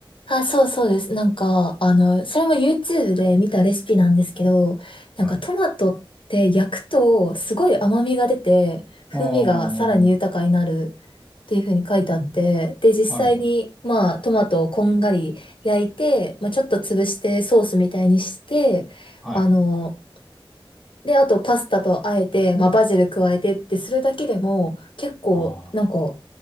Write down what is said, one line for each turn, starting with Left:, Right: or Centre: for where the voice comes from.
Left: あ、そうそうです。なんか、あの、それも YouTube で見たレシピなんですけど、
Centre: はい。
Left: なんかトマトって焼くとすごい甘みが出て、風味がさらに豊かになるっていう風に書いてあって、
Centre: あー、
Left: で、実際に、
Centre: はい、
Left: まあ、トマトをこんがり焼いて、まあ、ちょっと潰してソースみたいにして、
Centre: はい。
Left: あの、で、あとパスタとあえて、まあ、バジル加えてってするだけでも、結構、
Centre: あー、
Left: なんか、